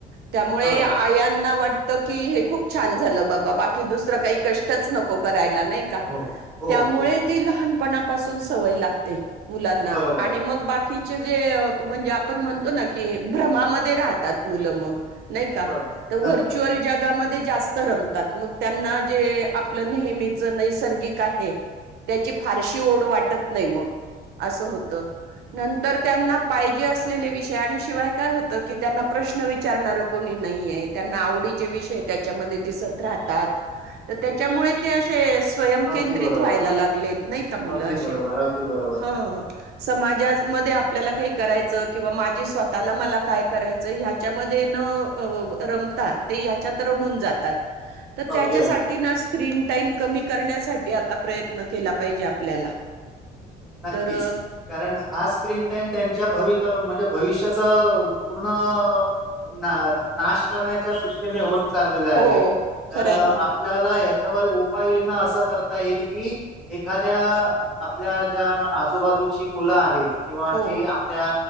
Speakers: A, on the right (about 75°); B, in the centre.
A: त्यामुळे
B: बरोबर
A: आयांना वाट की हे खूप छान झालं बाबा बाकी दुसरं काही कष्टच नको करायला नाही का
B: हो हो
A: त्यामुळे
B: हो
A: ती लहानपणापासून सवय लागते मुलांना
B: बरोबर
A: आणि मग बाकी बाकीचे जे म्हणजे आपण म्हणतो ना की भ्रमामध्ये राहतात मुलं मग नाही का
B: बर
A: द व्हरच्युअल
B: नक्की
A: जग? त्यामध्ये जास्त रमतात, मग त्यांना जे आपलं नेहमीचं नैसर्गिक आहे. त्याची फारशी ओढ वाटत नाही, मग आसं होत. नंतर त्यांना पाहिजे असलेले विषय आणि शिवाय काय होतं की, त्यांना प्रश्न विचारणार कोणी नाहीए? त्यांना आवडी ते विषय त्याच्यामध्ये दिसत राहतात, तर त्याच्यामुळे ते असे स्वयं
B: अगदी
A: केंद्रित
B: बरोबर
A: व्हायला लागलेत नाही का मुलं
B: अगदी
A: असे?
B: बरोबर अगदी बरोबर
A: हो समाजाजमध्ये आपल्याला काही करायचं किंवा माझी स्वतःला मला काय करायचं ह्याच्यामध्ये न अ रमता? ते ह्याच्यात रमून जातात. तर त्याच्यासाठी
B: अगदी अगदी
A: ना स्क्रीन टाईम कमी करण्यासाठी आता प्रयत्न केला पाहिजे आपल्याला.
B: नक्कीच,
A: तर
B: कारण हा स्क्रीन टाइम त्यांच्या भवित म्हणजे भविष्याचा पूर्ण अ ना नाश करण्याच्या दृष्टीने होत चालले आहे.
A: हो
B: तर
A: खरंय
B: आपल्याला
A: ना
B: हया च्यावर उपाययोजना असं करता येईल कि, एखाद्या आपल्या ज्या आजूबाजूची मुलं आहेत किंवा
A: हो
B: जी आपल्या